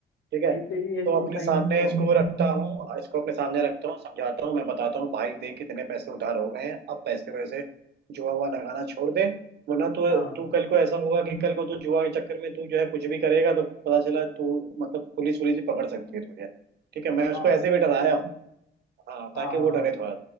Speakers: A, on the right (about 55°); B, on the left (about 70°).
A: ठीक है
B: नहीं तो ये
A: तो
B: तुम
A: अपने
B: सही
A: सामने
B: करते हो
A: इसको रखता हूँ इसको अपने सामने रखता हूँ समझाता हूँ मैं बताता हूँ भाई देख कितने पैसे उधार हो गए हैं अब पैसे वैसे जुआ हुआ लगाना छोड़ दे वरना तो
B: हाँ
A: तू कल को ऐसा होगा कि कल को तू जुआ के चक्कर में तू जो है कुछ भी करेगा तो पता चला तू मतलब पुलिस पुलिस भी पकड़ सकती है तुझे ठीक है मैं उसको
B: हाँ
A: ऐसे भी डराया हूँ हाँ
B: हाँ
A: ताकि वो
B: हाँ
A: डरे थोड़ा